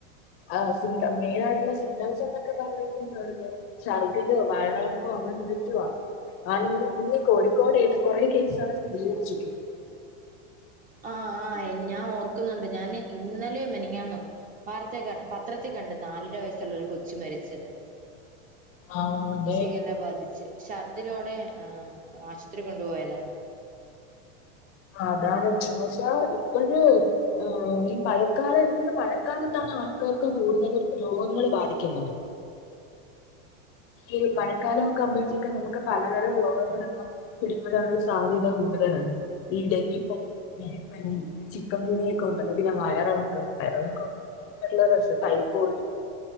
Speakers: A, on the left; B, on the right.
A: ആഹ് സിംറ്റം മെയിന ആയിട്ടുള്ള സിംറ്റംസ് എന്നൊക്കെ പറഞ്ഞായിഞ്ഞ എന്താ പറയ ഛർദ്ദിലോ വയറിളക്കോ അങ്ങനെ എന്തോ ച്ചുവ അല്ലെങ്കില് ഇന്ന് കോഴിക്കോട് ഇട് കുറെേ കേസുകൾ സ്ഥിരീകരിച്ചിട്ടുണ്ട്
B: ആഹ് ആഹ് ഞാൻ ഓർക്കുന്നുണ്ട് ഞാന് ഇന്നലെ മിനിഞാനോ വാർത്തെ ക പത്രത്തി കണ്ട് നാലര വയസ്സുള്ള ഒരു കൊച്ചി മരിച്ചത്
A: ആഹ് അതെ
B: ശിഖല ബാധിച്ച് ഛർദിലൊടെ ആഹ് ആശു ഒത്തിരി കൊണ്ടുപോയതാണ്
A: അതാണ് ഇച്ച് ബാഷ് ഇതാ ഇപ്പയെ ആഹ് ആഹ് ഈ പഴക്കാലം എടുക്കുന്ന മഴക്കാലത്താണ് ആഹ് ക്കക്ക് കൂടുതലും രോഗങ്ങള് ബാധിക്കുന്നത് ഈ പഴക്കാലം
B: ആഹ്
A: ഒക്കെവുമ്പഴ ക്കെ നമുക്ക് പലതരം രോഗങ്ങളൊക്കെ പിടിപെടാഉള്ള സാധ്യത കൂടുതലാണ് ഈ ഡെങ്കിപ്പനി എലിപ്പനി ചിക്കൻങ്കുനിയൊക്കെ ഉണ്ടല്ലോ പിന്നെ വയറിളക്കം വയറിളകൊക്കെ മെയിൻ ആയിട്ടുള്ള അല്ല പക്ഷേ ടൈഫോയിഡ്